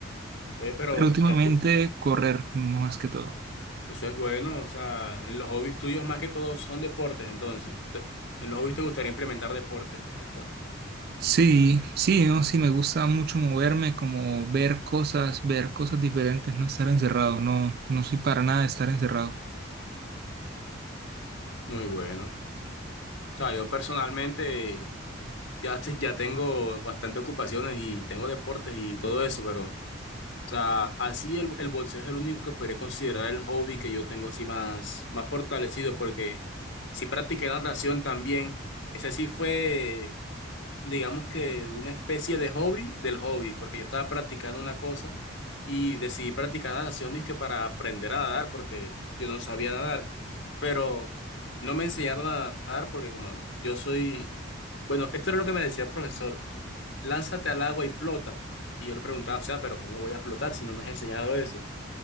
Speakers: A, on the left; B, on the right.
A: Oye, pero
B: Pero últimamente
A: es bu-
B: correr más que todo.
A: eso es bueno. O sea, en los hobbies tuyos más que todo son deportes, entonces. Te- en los hobbies te gustaría implementar deportes, entonces.
B: Sí, sí, no, sí, me gusta mucho moverme, como ver cosas, ver cosas diferentes, no estar encerrado, no, no soy para nada de estar encerrado.
A: Muy bueno. O sea, yo personalmente... Ya, te- ya tengo bastantes ocupaciones y tengo deportes y todo eso, pero, o sea, así el, el boxeo es el único que podría considerar el hobby que yo tengo así más, más fortalecido, porque sí practiqué natación también. Ese sí fue, digamos que una especie de hobby del hobby, porque yo estaba practicando una cosa y decidí practicar natación, dizque para aprender a nadar, porque yo no sabía nadar, pero no me enseñaron a nadar porque como yo soy, bueno, esto era lo que me decía el profesor lánzate al agua y flota. Y yo le preguntaba, o sea, pero ¿cómo voy a flotar si no me has enseñado eso?